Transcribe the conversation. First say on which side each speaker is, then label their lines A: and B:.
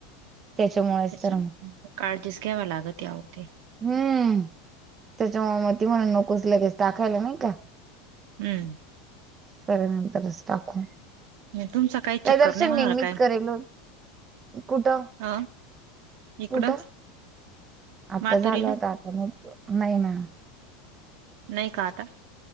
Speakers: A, on the right; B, on the right.
A: त्याच्यामुळेच
B: त्याच्यामुळे
A: तर मग
B: काळजीच घ्यावी लागत या होते.
A: हम्म त्याच्या मुळ मग ती म्हणे नकोच लगेच टाकायला नाही का.
B: हम्म
A: सऱ्यानंतरच टाकू
B: मग तुमचा काही
A: काय
B: चक्कर
A: दर्शन
B: नाही होणार
A: नेहमीच
B: काय?
A: करेल हो. कुठं
B: अ, इकडं
A: कुठं आता
B: मातुरीला?
A: झालं होत आता मग नाही ना.
B: नाही का आता.